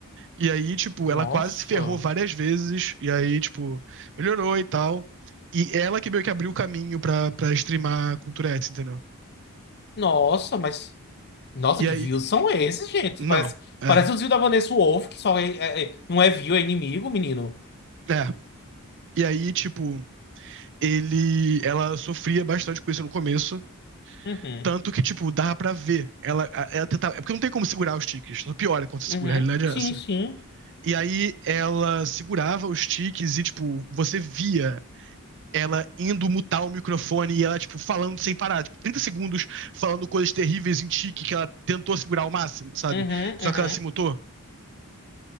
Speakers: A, on the right; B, on the left.
A: E aí, tipo,
B: Nossa.
A: ela quase se ferrou várias vezes. E aí, tipo, melhorou e tal. E ela que meio que abriu o caminho pra, pra streamar com Tourette's, entendeu?
B: Nossa, mas. Nossa,
A: E
B: que
A: aí.
B: views são esses, gente?
A: Não.
B: Parece,
A: É.
B: parece os views da Vanessa Wolff, que só é, é- é- não é view, é inimigo, menino.
A: É. E aí, tipo, ele. Ela sofria bastante com isso no começo.
B: Uhum,
A: Tanto que, tipo, dava pra ver. Ela, a- ela tentava. É porque não tem como segurar os tiques. Só piora quando você
B: uhum,
A: segura, a realidade
B: sim,
A: é essa.
B: sim.
A: E aí ela segurava os tiques e, tipo, você via ela indo mutar o microfone e ela, tipo, falando sem parar, tipo, 30 segundos falando coisas terríveis em tique que ela tentou segurar ao máximo, sabe?
B: Uhum,
A: Só
B: uhum.
A: que ela se mutou.